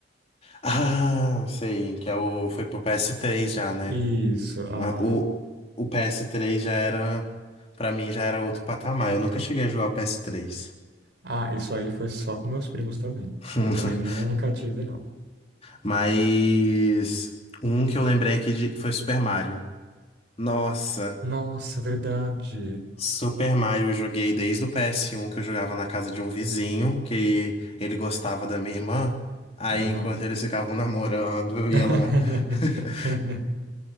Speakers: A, on the left; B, on the right.
A: Ah, sei, que é o foi pro ps três, já, né?
B: Isso, aham.
A: Mas o, o PS3 já era, pra mim, já era outro patamar. Eu nunca cheguei a jogar o PS3.
B: Ah, isso aí foi só com meus primos também.
A: <laughs>
B: Eu também nunca tive, não.
A: Mas um que eu lembrei aqui de, foi Super Mario. Nossa,
B: Nossa, verdade.
A: Super Mario eu joguei desde o PS1, que eu jogava na casa de um vizinho, que ele gostava da minha irmã. Aí,
B: Aham.
A: enquanto eles ficavam namorando, eu
B: <laughs>
A: ia lá. <laughs>